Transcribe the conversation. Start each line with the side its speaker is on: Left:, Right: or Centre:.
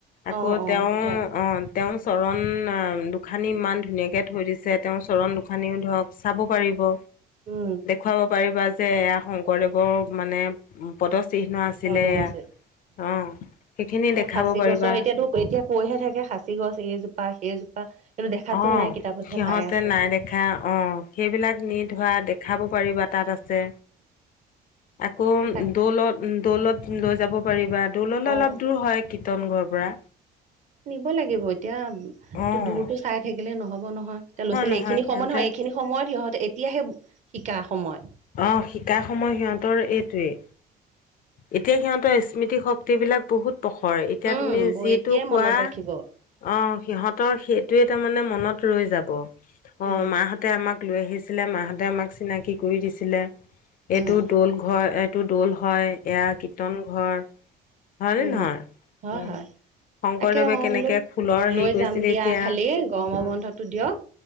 Left: আকৌ
Right: অ অ
Left: তেওঁ
Right: তেতিয়া আগতে
Left: অ তেওঁৰ চৰণ আহ দুখানি ইমান ধুনীয়াকে থৈ দিছে তেওঁ চৰণ দুখানীও ধৰক চাব পাৰিব
Right: উম
Left: দেখুৱাব পাৰিবা যে এয়া শংকৰদেৱৰ মানে পদ চিহ্ন আছে আছিলে
Right: বৰদোৱা
Left: এয়া
Right: হৈছে
Left: অঁ সেইখিনি
Right: সেই
Left: দেখাব
Right: সাঁচি
Left: পাৰিবা
Right: গছৰ এতিয়াতো এতিয়া কৈহে থাকে সাঁচি গছ এইজোপা সেইজোপা কিন্তু দেখাতো
Left: অ',
Right: নাই কিতাপতহে
Left: সিহঁতে
Right: পাই আছে।
Left: নাই দেখা অ সেইবিলাক নি ধৰা দেখাব পাৰিবা তাত আছে আকৌ
Right: তাক
Left: দৌলত দৌলত লৈ যাব পাৰিবা দৌললে
Right: অ
Left: অলপ দূৰ হয় কীৰ্তন ঘৰ পৰা
Right: নিব লাগিব এতিয়া
Left: অ',
Right: তো দূৰতো চাই থাকিলে নহ'ব নহয় এতিয়া ল'ৰা ছোৱালী
Left: নহয়
Right: এইখিনি
Left: সিহঁতে
Right: সময় ন এইখিনি সময়ত সিহঁতে এতিয়াহে শিকা সময়
Left: অ শিকা সময় সিহঁতৰ এইটোৱেই এতিয়া সিহঁতৰ স্মৃতি শক্তিবিলাক বহুত প্ৰখৰ এতিয়া
Right: উম
Left: তুমি যিটো
Right: এতিয়াই
Left: কোৱা
Right: মনত ৰাখিব
Left: অ সিহঁতৰ সেইটোৱে তাৰমানে মনত ৰৈ যাব অ
Right: উম
Left: মাহঁতে আমাক লৈ আহিছিলে মাহঁতে আমাক চিনাকি কৰি দিছিলে
Right: উম
Left: এইটো দৌল ঘৰ এ টো দৌল হয়, এয়া কীৰ্তন ঘৰ। হয়নে
Right: উ
Left: নহয়?
Right: হয়
Left: উম,
Right: হয়
Left: শংকৰদেৱে
Right: তাকে মই
Left: কেনেকে
Right: বোলো
Left: খোলৰ
Right: লৈ
Left: হেৰি কৰিছিলে
Right: যাম দিয়া
Left: এতিয়া
Right: খালি গৰমৰ
Left: উম,
Right: বন্ধতটো দিয়ক